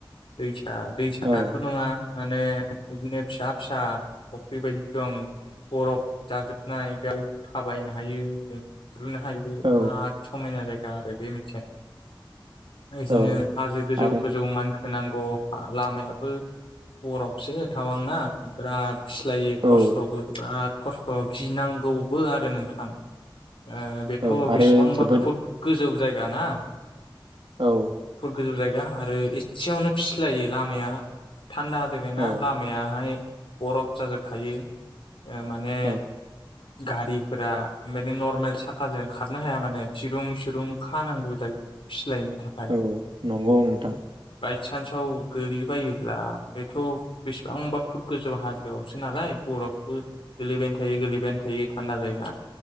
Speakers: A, on the left; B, on the right.
A: दै दा दैसायाथ'
B: औ
A: नङा माने बिदिनो फिसा फिसा फुख्रि बायदि दं बर'फ जाजोबनाय बेयाव थाबायनो हायो जों नुनो हायो बिराद
B: औ
A: समायना जायो आरो बे मोनसे बिदिनो
B: औ
A: हाजो गोजौ
B: आरो
A: गोजौ मानखो होनांगौ लामायाबो बर'फसो टावांना बिराद फिस्लायो खस्थ'बो
B: औ
A: बिराद खस्थ' गिनांगौबो आरो नोंथां ओ बेथ'
B: औ आरो
A: बेसेबांबा
B: जोबोद
A: फुट गोजौ जायगा जायगाना
B: औ
A: गोजौ जायगा आरो एसेयावनो फिस्लायो लामाया थान्दा जायगाना
B: औ
A: लामायहाय बर'फ जाजोबखायो ओ माने
B: औ
A: गारिफोरा माने नरमेल साखाजों खारनो हाया माने दिरुं सिरुं खानांगौ जायो फिस्लयैनि थाखाय।
B: औ नंगौ नोंथां।
A: सान्साव गोग्लैबायोब्ला बेथ' बेसेबांबा फुट गोजौ हाजोआवसो नालाय बरफबो गोलैबायानो थायो गोलैबायानो थायो थान्दा जायगा।